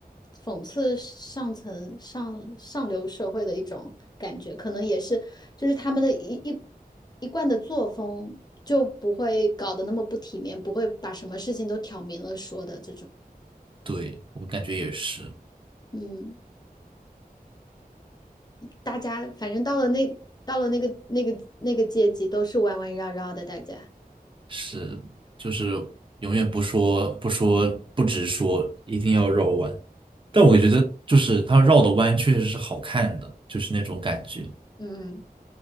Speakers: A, on the left; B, on the right.
A: 讽刺上层上上流社会的一种感觉，可能也是就是他们的一一一贯的作风就不会搞得那么不体面，不会把什么事情都挑明了说的这种，
B: 对，我感觉也是，
A: 嗯，大家反正到了那到了那个那个那个阶级都是弯弯绕绕的，大家
B: 是，就是永远不说不说不直说，一定要绕弯。但我觉得就是他绕的弯确实是好看的，
A: 对，
B: 就是那种感觉，
A: 嗯。